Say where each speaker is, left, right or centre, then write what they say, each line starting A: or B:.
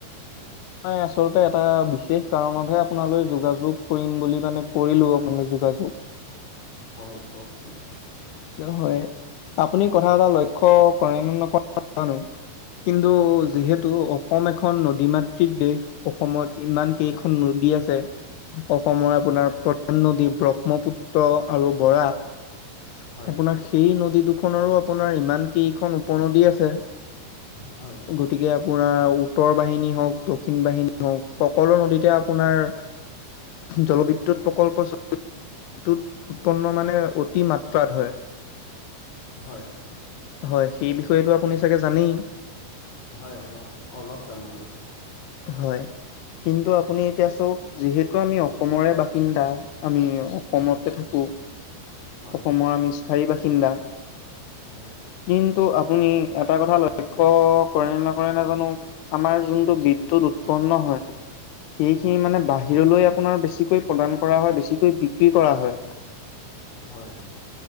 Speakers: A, on the left (about 70°); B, on the left (about 40°).
A: মই আচলতে এটা বিশেষ কাৰণতহে আপোনালৈ যোগাযোগ কৰিম বুলি মানে কৰিলো আপোনালৈ যোগাযোগ
B: হয় কওকচোন।
A: হয় আপুনি কথা এটা লক্ষ্য কৰে নে নকৰে নাজানো কিন্তু
B: হয়
A: যিহেতু অসম এখন নদী মাতৃক দেশ অসমত ইমান
B: হয়
A: কেইখন নদী আছে অসমৰ আপোনাৰ
B: হয়
A: দুখন নদী ব্ৰহ্মপুত্ৰ আৰু বৰাইক।
B: হয়
A: আপোনাৰ সেই নদী দুখনৰো আপোনাৰ ইমান কেইখন উপ নদী আছে
B: হয়
A: গ তিকে আপোনাৰ উত্তৰ বাহিনী হওক দক্ষিণ বাহিনী হওক সকলো নদীতে আপোনাৰ জলবিদ্যুৎ প্ৰকল্প চলি যিটোত উৎপন্ন মানে অতি মাত্ৰাত হয়।
B: হয়।
A: হয় সেই বিষয়েতো আপুনি চাগে জানেই?
B: হয় অলপ, অলপ জানো আৰু।
A: হয়। কিন্তু আপুনি এতিয়া চাওক যিহেতু আমি অসমৰে বাসিন্দা আমি অসমতে
B: হয়
A: থাকো
B: হয়
A: অসমৰ
B: হয়
A: আমি স্থায়ী বাসিন্দা
B: হয়।
A: কিন্তু আপুনি এটা কথা লক্ষ্য কৰে নকৰে নাজানো আমাৰ যোনটো বিদ্যুৎ উৎপন্ন হয় সেইখিনি
B: হয়
A: মানে বাহিৰলৈ আপোনাৰ বেছিকৈ প্ৰদান কৰা হয় বেছিকৈ বিক্ৰী কৰা হয়।
B: হয় হয়।